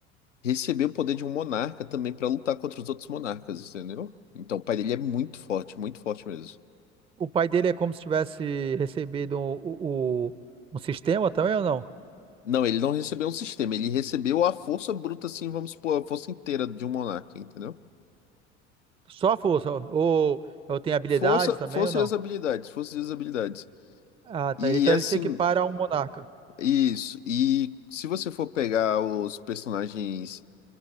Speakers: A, on the left (about 85°); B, on the right (about 15°).
A: recebeu o poder de um monarca também pra lutar contra os outros monarcas, entendeu? Então, o pai dele é muito forte, muito forte mesmo.
B: O pai dele é como se tivesse recebido um, o, o, um sistema também ou não?
A: Não, ele não recebeu um sistema, ele recebeu a força bruta, assim, vamos supor, a força inteira de um monarca, entendeu?
B: Só a força. Ou, ou tem habilidade
A: Força,
B: também
A: força
B: ou não?
A: e as habilidades, força e as habilidades.
B: Ah, tá.
A: E
B: Então
A: assim,
B: ele se equipara a um monarca.
A: isso. E se você for pegar os personagens